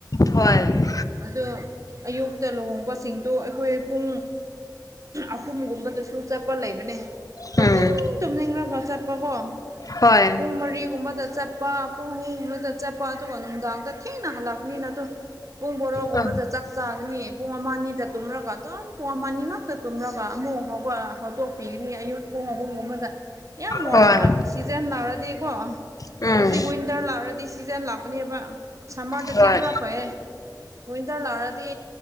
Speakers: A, on the left; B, on the right.
A: ꯍꯣꯏ
B: ꯑꯗꯣ ꯑꯌꯨꯛꯇ ꯂꯨꯍꯣꯡꯕꯁꯤꯡꯗꯣ ꯑꯩꯈꯣꯏ ꯄꯨꯡ ꯑꯍꯨꯝꯒꯨꯝꯕꯗꯨꯁꯨ ꯆꯠꯄ ꯂꯩꯕꯅꯦ ꯇꯨꯝꯅꯤꯡ
A: ꯎꯝ
B: ꯇꯨꯝꯅꯤꯡꯂꯒ ꯆꯠꯄꯀꯣ
A: ꯍꯣꯏ
B: ꯄꯨꯡ ꯃꯔꯤꯒꯨꯝꯕꯗ ꯆꯠ ꯄꯥ ꯄꯣ ꯍꯕ ꯆ ꯆ ꯄ ꯇ ꯀꯅꯨꯡꯗꯥꯥꯡꯗ ꯊꯦꯅ ꯍꯂꯛꯅꯤꯅ ꯇ ꯄꯨꯡ ꯕꯣꯔꯣꯒꯨꯝꯕꯗ
A: ꯎꯝ
B: ꯆꯥꯛ ꯆꯥꯒꯅꯤ ꯄꯨꯡ ꯑꯃ ꯑꯅꯤꯗ ꯇꯨꯝꯔꯒ ꯑꯗꯨꯝ ꯄꯨꯡ ꯑꯃ ꯑꯅꯤꯉꯥ ꯐꯛꯇ ꯇꯨꯝꯂꯒ ꯑꯃꯨꯛ ꯍꯧꯠꯇꯣꯛꯄꯤꯒꯅꯤ ꯑꯌꯨꯛ ꯄꯨꯡ ꯑꯍꯨꯝꯒꯨꯝꯕꯗ ꯌꯥꯝ ꯋꯥꯨꯟꯅ
A: ꯍꯣꯏ
B: ꯁꯤꯖꯟ ꯅꯥꯔꯗꯤꯀꯣ
A: ꯎꯝ
B: ꯍꯧꯖꯤꯛ ꯋꯤꯟꯇꯔ ꯂꯥꯛꯔꯗꯤ ꯁꯤꯖꯟ ꯂꯥꯛꯄꯅꯦꯕ ꯁꯝꯃꯔꯗꯗꯤ
A: ꯍꯣꯏ
B: ꯈꯔ ꯐꯩꯌꯦ ꯋꯤꯟꯇꯔ ꯂꯥꯛꯑꯗꯤ